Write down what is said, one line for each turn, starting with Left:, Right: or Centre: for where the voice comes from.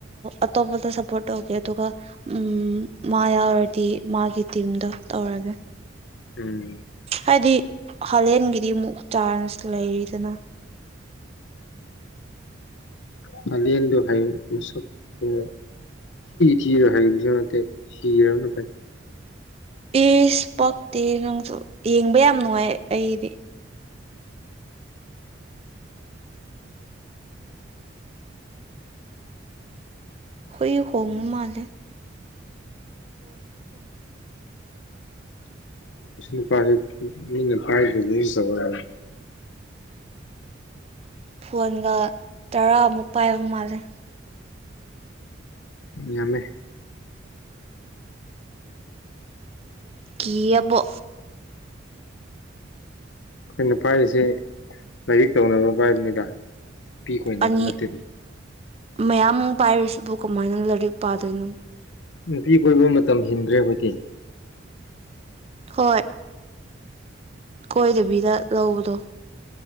Right: ꯑꯇꯣꯞꯄꯗ ꯁꯞꯄꯣꯔꯠ ꯇꯧꯒꯦ ꯑꯗꯨꯒ ꯎ ꯃꯥ ꯌꯥꯎꯔꯗꯤ ꯃꯥꯒꯤ ꯇꯤꯝꯗ ꯇꯧꯔꯅꯤ <unintelligible>
Left: ꯎꯝ
Right: ꯍꯥꯏꯗꯤ ꯍꯂꯦꯟꯒꯤꯗꯤ ꯑꯃꯨꯛ ꯆꯥꯟꯁ ꯂꯩꯔꯤꯗꯅ
Left: ꯎ ꯑꯗꯤ ꯍꯥꯏꯁ ꯊ ꯊ ꯍꯥꯏꯁꯅ ꯁꯤ ꯔꯅ ꯐꯥꯏ
Right: ꯏꯁ ꯄꯛꯇꯦ ꯅꯪꯁꯨ ꯌꯦꯡꯕ ꯌꯥꯝ ꯅꯨꯡꯉꯥꯏ ꯑꯩꯗꯤ ꯍꯣꯏ ꯍꯣꯡꯉꯨ ꯃꯥꯂꯦ
Left: ꯑ ꯄ ꯃꯤꯅꯦ ꯄꯥꯏꯗꯨ ꯈꯔ
Right: ꯐꯣꯟꯒ ꯇꯔꯥꯃꯨꯛ ꯄꯥꯏꯕ ꯃꯥꯜꯂꯦ
Left: ꯉꯝꯃꯦ
Right: ꯀꯤꯑꯕꯣ
Left: ꯑꯩꯈꯣꯏꯅ ꯄꯥꯏꯔꯤꯁꯤ ꯂꯥꯏꯔꯤꯛ ꯇꯧꯅꯕ ꯄꯥꯏꯕꯅꯤꯗ ꯕꯤꯛ ꯑꯣꯏꯅꯝ
Right: ꯑꯅꯤ
Left: ꯅꯠꯇꯦ
Right: ꯃꯌꯥꯝ ꯄꯥꯏꯔꯤꯁꯤꯕꯨ ꯀꯃꯥꯏꯅ ꯂꯥꯏꯔꯤꯛ ꯄꯥꯗꯣꯏꯅꯣ
Left: ꯅꯨꯄꯤ ꯀꯣꯏꯕ ꯃꯇꯝ ꯍꯦꯟꯈ꯭ꯔꯦ ꯑꯩꯈꯣꯏꯗꯤ
Right: ꯍꯣꯏ ꯀꯣꯏꯗꯕꯤꯗ ꯂꯧꯕꯗꯣ